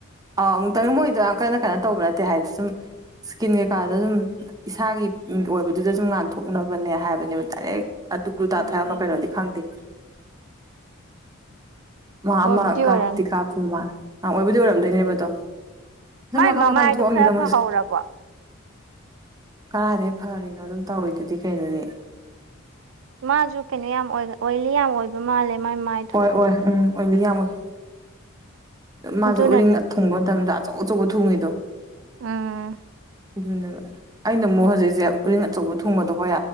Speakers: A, on the right; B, on the right.
A: ꯑ ꯑꯃꯨꯛꯇꯪ ꯃꯣꯏꯗꯣ ꯌꯥꯝ ꯀꯟꯅ ꯀꯟꯅꯣ ꯇꯧꯕ ꯅꯠꯇꯦ ꯍꯥꯏꯗꯤ ꯁꯨꯝ ꯏꯁꯀꯤꯟ ꯀꯩꯀꯥꯗ ꯁꯨꯝ ꯏꯁꯥꯒꯤ ꯑꯣꯏꯕꯗꯨꯗ ꯁꯨꯝ ꯉꯥꯟꯊꯣꯛꯅꯕꯅꯦ ꯍꯥꯏꯕꯅꯦꯕ ꯗꯥꯏꯔꯦꯛ ꯑꯗꯨ ꯒꯨꯇꯥ
B: ꯎꯝ
A: ꯊꯌꯥꯝꯅ
B: ꯎꯝ
A: ꯀꯩꯅꯣꯗꯤ ꯈꯪꯗꯦ ꯃꯥ
B: ꯑꯣꯏꯕꯨꯗꯤ
A: ꯑꯃ
B: ꯑꯣꯏꯔꯝꯅꯤ
A: ꯀꯥ ꯇꯤꯀꯥ ꯐꯨꯟꯃꯜ ꯑ ꯑꯣꯏꯕꯨꯗꯤ ꯑꯣꯏꯔꯝꯗꯣꯏꯅꯦꯕ ꯑꯗꯣ
B: ꯃꯥꯏ
A: ꯑ ꯃꯈꯜ
B: ꯃꯃꯥꯏꯗꯣ
A: ꯃꯈꯥ ꯊꯣꯛꯑꯝꯃꯤꯗ
B: ꯈꯔ ꯐꯍꯧꯔꯕꯣ
A: ꯃꯣꯏꯁꯦ ꯀꯗꯥꯥꯏꯗꯒꯤꯩ ꯐꯔꯤꯅꯣ ꯑꯗꯨꯝ ꯇꯧꯔꯤꯤꯗꯨꯗꯤ ꯀꯩꯅꯣꯅꯦ
B: ꯃꯥꯁꯨ ꯀꯩꯅꯣ ꯌꯥꯝ ꯑꯣꯏꯂꯤ ꯌꯥꯝ ꯑꯣꯏꯕ ꯃꯥꯜꯂꯦ ꯃꯥꯏ ꯃꯥꯏꯗꯣ
A: ꯍꯣꯏ ꯑꯣꯏ ꯎꯝ ꯑꯣꯏꯗꯤ ꯌꯥꯝ ꯑꯣꯏ ꯃꯥꯁꯨ
B: ꯑꯗꯨꯅꯁꯨ
A: ꯎꯔꯤꯡ ꯊꯨꯡꯕ ꯃꯇꯝꯗ ꯑꯆ ꯑ ꯆꯧꯕ ꯊꯣꯡꯉꯗꯣ
B: ꯎꯝ
A: ꯑꯗꯨꯅꯦ ꯑꯩꯅ ꯑꯃꯨꯛ ꯍꯧꯖꯤꯛꯁꯦ ꯎꯔꯤꯡ ꯑꯆꯧꯕ ꯊꯣꯡꯕꯗꯣ ꯍꯣꯏ